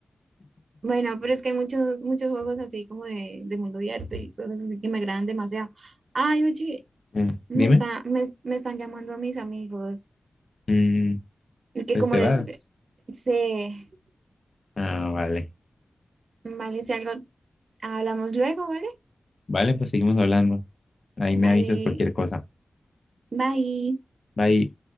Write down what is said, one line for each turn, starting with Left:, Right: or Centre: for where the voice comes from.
Right: Bueno, pero es que hay muchos, muchos juegos así como de, de mundo abierto y cosas así que me agradan demasiado. Ay, oye,
Left: eh,
Right: me
Left: dime.
Right: está, me, me están llamando a mis amigos.
Left: Mm,
Right: Es que
Left: pues
Right: como
Left: te
Right: les
Left: vas.
Right: sé,
Left: Ah, vale.
Right: vale, si algo, hablamos luego, ¿vale?
Left: Vale, pues seguimos hablando. Ahí
Right: Vale,
Left: me avisas cualquier cosa.
Right: bye.
Left: Bye.